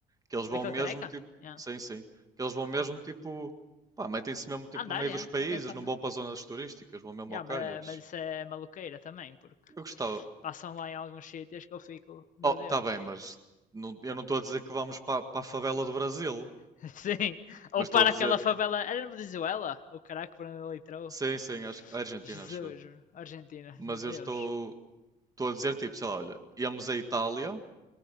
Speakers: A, on the right; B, on the left.
A: que eles vão
B: Aquele
A: mesmo
B: careca?
A: tipo,
B: Yeah.
A: sim, sim, que eles vão mesmo tipo, pá, metem-se mesmo tipo
B: Andar,
A: no meio
B: yeah.
A: dos países,
B: Atenção,
A: não
B: né?
A: vão para as zonas turísticas, vão mesmo
B: Yeah,
A: ao calhas.
B: mas, mas isso é maluqueira também, porque
A: Eu gostava.
B: Passam lá em alguns sítios que eu fico, meu
A: Oh,
B: Deus.
A: tá bem, mas não- eu não estou a dizer que vamos para a favela do Brasil,
B: <laughs> Sim. Ou
A: mas estou
B: para
A: a dizer,
B: aquela favela. Era na Venezuela? O caraca, por onde ele entrou?
A: sim, sim, acho, que- a Argentina,
B: Jesus,
A: acho eu.
B: Argentina,
A: Mas
B: meu Deus.
A: eu estou, estou a dizer, tipo, sei lá, olha, íamos à Itália